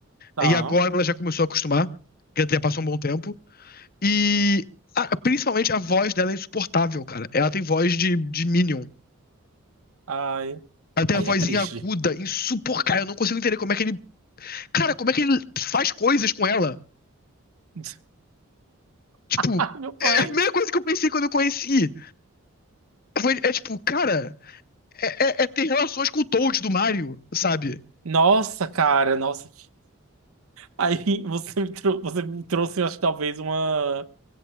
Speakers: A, on the right (about 75°); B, on the left (about 45°).
A: Tá.
B: E agora ela já começou a acostumar, que até passou um bom tempo. E a- principalmente a voz dela é insuportável, cara. Ela tem voz de, de Minion.
A: Ai.
B: Ela tem
A: Aí
B: a vozinha
A: é triste.
B: aguda, insuportável. Eu não consigo entender como é que ele. Cara, como é que ele faz coisas com ela?
A: <laughs>
B: Tipo,
A: Ai, meu pai.
B: é a primeira coisa que eu pensei quando eu conheci. Foi- é tipo, cara, é, é- é ter relações com o Toad do Mario, sabe?
A: Nossa, cara, nossa. Aí você me, trou- você me trouxe, eu acho que talvez uma...